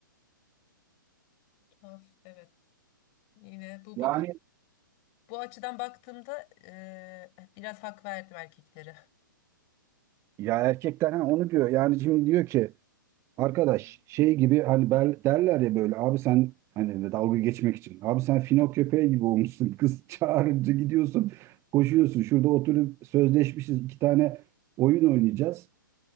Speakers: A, on the left (about 35°); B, on the right (about 25°).
A: Tuhaf. Evet. Yine bu
B: Yani
A: bakış Bu açıdan baktığımda eee, biraz hak verdim erkeklere.
B: ya erkekler ha, onu diyor. Yani şimdi diyor ki Arkadaş şey gibi hani ben, derler ya böyle abi sen hani dalga geçmek için. Abi sen fino köpeği gibi olmuşsun. Kız <laughs> çağırınca gidiyorsun koşuyorsun. Şurada oturup sözleşmişiz iki tane oyun oynayacağız.